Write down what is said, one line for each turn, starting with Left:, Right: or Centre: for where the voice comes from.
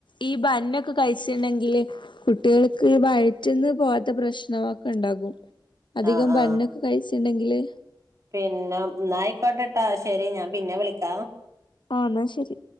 Left: ഈ ബന്നൊക്കെ കഴിച്ചിണ്ടെങ്കില് കുട്ടികൾക്ക് വയറ്റന്ന് പോവാത്ത പ്രശ്നമൊക്കെ ഇണ്ടാകും അധികം
Right: ആ ആ
Left: ബണ്ണൊക്കെ കഴിച്ചിണ്ടെങ്കില്
Right: പിന്നെ നായക്കോട്ട ആ ശരി ഞാൻ പിന്നെ വിളിക്കാം
Left: ആ എന്നാ ശരി